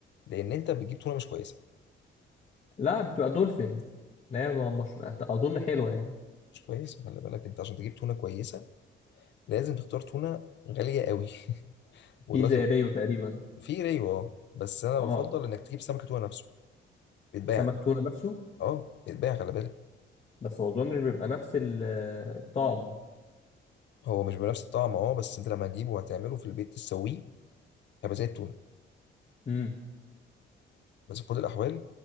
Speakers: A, on the left; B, on the left.
A: لان انت بتجيب تونه مش كويسه
B: لا بتبقى دولفين لا هي ما- مش اظن حلوة يعني
A: مش كويسه خلي بالك انت عشان تجيب تونه كويسه لازم تختار تونه غاليه قوي ودلوقتي
B: في زي ريو تقريبا
A: في ريو اه بس انا بفضل
B: اه
A: انك تجيب سمكه تونه نفسه بيتباع
B: سمك تونة نفسه
A: اه بيتباع خلي بالك
B: بس ما اظنش بيبقى نفس ال- الطعم
A: هو مش بنفس الطعم اه بس انت لما هتجيبه وهتعمله في البيت تسويه هيبقى زي التونه
B: امم
A: بس في كل الاحوال